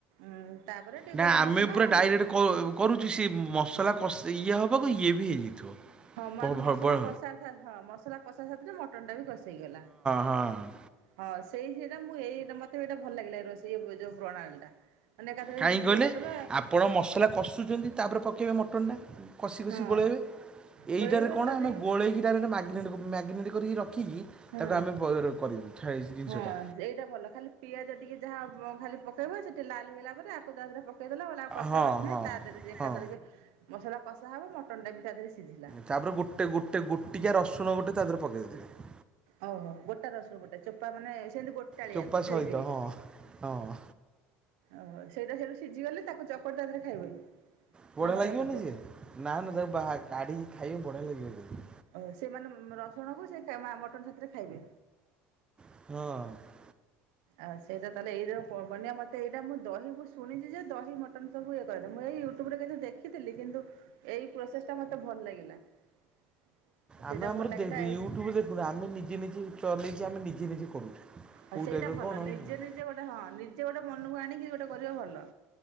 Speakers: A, on the right (about 80°); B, on the right (about 15°).
A: ଉଁ ତାପରେ ଟିକେ
B: ନା
A: ଗରମ
B: ଆମେ
A: ମସଲା
B: ପୁରା ଡାଇରେକ୍ଟ କ କରୁଛି ସେ ମସଲା କସ ଇଏ ହବାକୁ ଇଏ ବି ହେଇଯାଇଥିବ।
A: ହଁ ମା
B: ହଁ
A: ମସଲା କଷା ସା ହଁ ମସଲା କଷା ସାଥିରେ ମଟନ୍ ଟା ବି କଷି ହେଇଗଲା।
B: ହଁ।
A: ହଁ ସେଇ ସେଇଟା ମୁଁ ଏଇ ଏଇଟା ମତେ ବି ଏଇଟା ଭଲ ଲାଗିଲା ରୋଷେଇ ଯୋଉ ପ୍ରଣାଳୀ ଟା। ମାନେ ଏକାଥରେ
B: କାହିଁକି
A: ଇଏ
B: କହିଲେ
A: କରିଦେଲ
B: ଆପଣ ମସଲା କଷୁଛନ୍ତି ତାପରେ ପକେଇବେ ମଟନ୍। କଷି କଷି
A: ହଁ
B: ଗୋଳେଇବେ, ଏଇଟାରେ
A: ଗୋଳେଇବ
B: କଣ
A: ତାପରେ
B: ଆମେ ଗୋଳେଇକି ଡାଇରେକ୍ଟ ମ୍ୟାଗିନେଟ୍ ମ୍ୟାଗିନେଟ୍ କରିକି ରଖିକି
A: ହଁ।
B: ତାକୁ ଆମେ ବ ର କରିବୁ ଥା ଏ ଜିନିଷ
A: ହଁ
B: ଟା।
A: ଏଇଟା ଭଲ ଖାଲି ପିଆଜ ଟିକେ ଯାହା ଅ ଖାଲି ପକେଇବ ସେ ଟିକେ ଲାଲ୍ ହେଇଗଲା ପରେ ଆକୁ ତାପରେ ପକ ପକେଇଦେଲା ବେଳେ ଆଉ କଷା
B: ହଁ
A: କଷି ନାହିଁ।
B: ହଁ
A: ତା ଦେହରେ ଯେ ଏକାଥରକେ
B: ହଁ
A: ମସଲା କଷା ହବ ମଟନ ଟା ବି ତା ଦେହରେ ସିଝିଲା।
B: ତାପରେ ଗୋଟେ ଗୋଟେ ଗୋଟିକା ରସୁଣ ଗୋଟେ ତା ଦେହରେ ପକାଇ ଦେଇେଥିବେ।
A: ଓହୋ ଗୋଟା ରଶୁଣ ଗୋଟେ ଚୋପା ମାନେ ସେମିତି ଗୋଟାଳିଆ
B: ଚୋପା ସହିତ
A: ଧୋଇକିରି।
B: ହଁ ହଁ
A: ଓ ସେଇଟା ସେଇଠୁ ସିଝି ଗଲେ ତାକୁ ଚକଟି ତାଦିହରେ ଖାଇବେ।
B: ବଢ଼ିଆ
A: ନା ବାହାର
B: ଲାଗିବନି
A: କରିଦେବେ
B: ସିଏ, ନା ନା ତାକୁ ବା କାଢ଼ିକି ଖାଇବେ ବଢିଆ ଲାଗିବ ସିଏ।
A: ଓ ସେମାନେ ରସୁଣକୁ ସେ ମା ମଟନ୍ ସାଥିରେ ଖାଇବେ।
B: ହଁ।
A: ଆଉ ସେଇଟା ତାହେଲେ ଏଇରକ ବନେଇବା। ମତେ ଏଇଟା ମୁଁ ଦହି ମୁ ଶୁଣିଛି ଯେ ଦହି ମଟନ ସବୁ ଇଏ କରିଦେ ମୁଁ ଏଇ ୟୁଟ୍ୟୁବରେ ଦେଖିଥିଲି, କିନ୍ତୁ ଏଇ ପ୍ରୋସେସ ଟା ମତେ ଭଲ ଲାଗିଲା। <inaudible>
B: ଆମେ ଆମର
A: ଭଲ ଲାଗିଲା
B: ଦେଖୁ ୟୁଟ୍ୟୁବ ଦେଖୁନୁ ଆମେ ନିଜେ ନିଜେ ଚଲେଇକି ଆମେ ନିଜେ ନିଜେ କରୁଛୁ।
A: ହଁ
B: କେଉଁ
A: ସେଇଟା
B: ଟାଇପ୍ର
A: ଭଲ,
B: କ'ଣ
A: ନିଜେ ନିଜେ ଗୋଟେ ହଁ ନିଜେ ଗୋଟେ ମନକୁ ଆଣିକି ଗୋଟେ କରିବ ଭଲ।